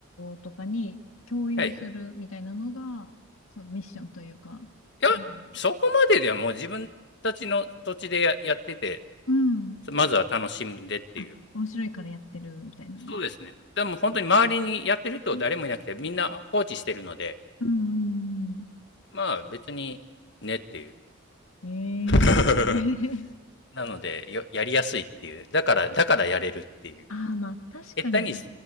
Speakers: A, on the left (about 75°); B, on the left (about 55°).
A: とかに共有するみたいなのが、
B: はい。い
A: そのミッションというか、
B: や、
A: うん。
B: そこまでではもう自分たちの土地でややってて、
A: うん
B: まずは楽しんでっていう。
A: あ、面白いからやってるみたいな。
B: そうですね。
A: う
B: でも本当に周りにやってる人誰もいなくて、
A: ん
B: みんな放置してるので、
A: うん
B: まあ別にねっていう。
A: うん。ええ
B: <laughs>
A: <laughs>
B: なのでやりやすいっていう。だから、だからやれるっていう。
A: ああ、まあ、確かに。
B: 下手に、